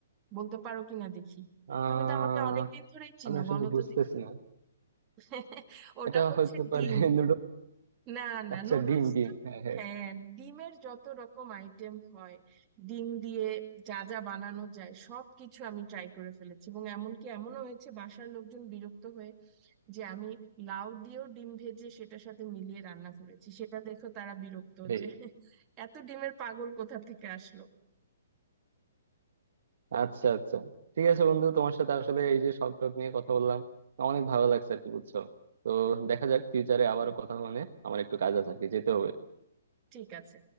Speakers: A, on the right (about 25°); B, on the right (about 65°).
A: বলতে পারো কিনা দেখি
B: আহ
A: তুমি তো আমাকে অনেকদিন ধরেই চিনো
B: আমি আসলে
A: বলো
B: বুঝতেছি
A: তো দেখি
B: না
A: <laughs> ওটা
B: এটা
A: হচ্ছে
B: হতে পারে
A: ডিম
B: <laughs> নুডলস
A: না না
B: আচ্ছা
A: নুডলস
B: ডিম ডিম
A: তো
B: হ্যাঁ হ্যাঁ
A: হ্যাঁ ডিমের যত রকম আইটেম হয় ডিম দিয়ে যা যা বানানো যায় সব কিছু আমি ট্রাই করে ফেলেছি এবং এমনকি এমনও হয়েছে বাসার লোকজন বিরক্ত হয়ে যে আমি লাউ দিয়েও ডিম ভেজে সেটার সাথে মিলিয়ে রান্না করেছি সেটা দেখো তারা বিরক্ত
B: এই
A: যে <laughs> এত ডিমের পাগল কোথা থেকে আসলো
B: আচ্ছা আচ্ছা ঠিক আছে বন্ধু তোমার সাথে আসলে এই যে শখ টক নিয়ে কথা বললাম অনেক ভালো লাগছে আর কি বুঝছো তো দেখা যাক ফিউচারে আবারও কথা হবে না। আমার একটু কাজ আছে আর কি যেতে হবে
A: ঠিক আছে